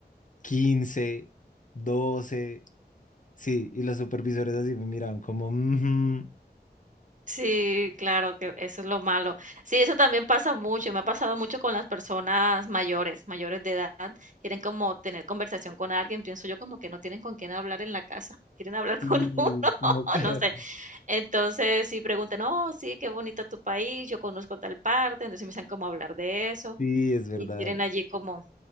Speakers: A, on the left; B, on the right.
A: quince doce Sí, y los supervisores así me miraban como, "Ujú".
B: Sí, claro que eso es lo malo. Sí, eso también pasa mucho, me ha pasado mucho con las personas mayores, mayores de edad, quieren como tener conversación con alguien, pienso yo como que no tienen con quién hablar en la casa, quieren hablar
A: Y
B: con <laughs> uno,
A: como, <laughs>
B: no sé. Entonces, sí preguntan: "No, sí, qué bonito tu país, yo conozco tal parte", entonces empiezan como a hablar de eso,
A: Sí, es verdad.
B: y quieren allí como